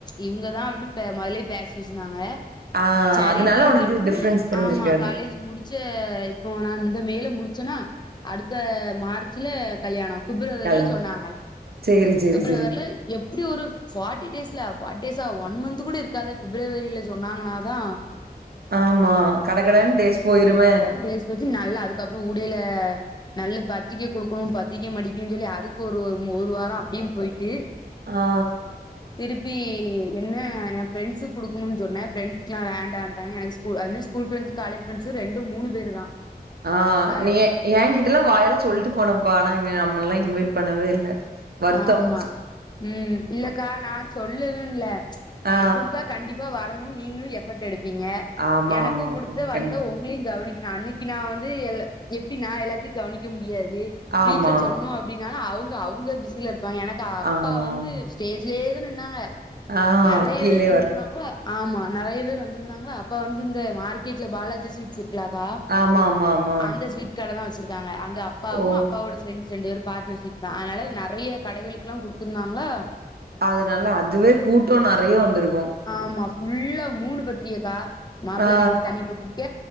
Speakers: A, on the left; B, on the right.
A: இவுங்கதா அப்டின்னு பே மொதல்லே பேசி வச்சிருந்தாங்க
B: ஆ
A: சரி
B: அதனால
A: திடு
B: உனக்கு
A: திடுப்புன்னு
B: டிஃபரன்ஸ் தெரிஞ்சிருக்காது.
A: ஆமா காலேஜ் முடிச்ச இப்போ நா இந்த மேல முடிச் சொன்னா அடுத்த மார்ச்ல கல்யாணம் பிப்ரவரில
B: கல்யாணம்.
A: சொன்னாங்க
B: சரி, சரி,
A: பிப்ரவரில
B: சரி.
A: எப்டி ஒரு ஃபாட்டி டேஸ்ல ஃபாட்டி டேஸ்சா ஒன் மந்த் இப்ப கூட இருக்காத பிப்ரவரில சொன்னாங்கனாதா
B: ஆமா. கடகடன்னு
A: ஆமா
B: டேஸ் போயிருமே.
A: கடகடன் டேஸ் ட்டு நல்லா அதுக்கப்ரோ ஊடைல நல்ல பத்திரிக்க குடுக்குனு பத்திரிக்க மடிக்கனுஞ்சொல்லி அதுக் ஒரு ஒரு மு ஒரு வாரொ அப்டியும் போயிட்டு
B: ஆ.
A: திருப் பி என்ன என் ஃப்ரரெண்ட்ஸ்க் குடுக்குணுன் சொன்ன ஃப்ரெண்ட்ஸ்க்லா வேண்டான்டாங்க எனக்கு ஸ்கூல் அது மாறி ஸ்கூல் ஃப்ரெண்ட்ஸ் ட்ஸு காலேஜ் ஃப்ரெண்ட்ஸு ரெண்டு மூணு பேரு தா
B: ஆ
A: அது
B: நீ எ ஏன் கிட்டல்லா வாயால சொல்ட்டு போனப்பா ஆனா நம்மலலா இன்வைட் பண்ணவே இல்ல வருத்தம்.
A: ஆமா ம் இல்லக்கா நா சொல் லலுன் இல்ல க
B: ஆ.
A: குடுத்தா கண்டிப்பா வரணுன் நீங்ளு எபர்ட் எடுப் பிங்க
B: ஆமா,
A: எனக்கூ
B: ஆமா,
A: குடுத்து
B: ஆமா.
A: வந்த
B: கண்டிப்பா.
A: உங்களயு கவனிக்க கனு அன்னைக்கி நா வந்து எல்ல எப்டின்னா எல்லாத்தயு கவனிக்க முடியாது
B: ஆமா.
A: வீட்ல சொன்னோ அப்டின்னா ஆ அவுங்க அவுங்க பிஸில இருப்பாங்க எனக்கு அப்பா
B: ஆமா,
A: வந்து
B: ஆமா.
A: ஸ்டேஜ்லயே தான் நின்னாங்க
B: ஆ
A: நறயபேர்
B: கீழயே
A: வந்திருந்தாங்ளா
B: வரல.
A: ஆமா நறயபேர் வந்திருந்தாங்ளா அப்ப வந்து இந்த மார்க்கெட்ல பாலாஜி ஸ்வீட்ஸ் இருக்கு குல்லக்கா
B: ஆமா, ஆமா, ஆமா.
A: அந்த ஸ்வீட் கட தா வச் சிருக்காங்க அங்க அப்பாவு
B: ஓ
A: அப்பாவோட ஃபிரெண்ட்ஸ் ரெண்டு பேரும் பார்ட்னர்ஷிப் தான் அதனால நா றைய கடைகளுக்குலா குடுத்துருந்தாங்ளா
B: அதனால அதுவே கூட்டோ நறைய வந்திருக்கூ
A: ஆமா ஃபுல்லா மூணு பத்திரியக்கா மாப்ள
B: ஆ
A: வீட்டுக்கு தனி பத்திரிக்க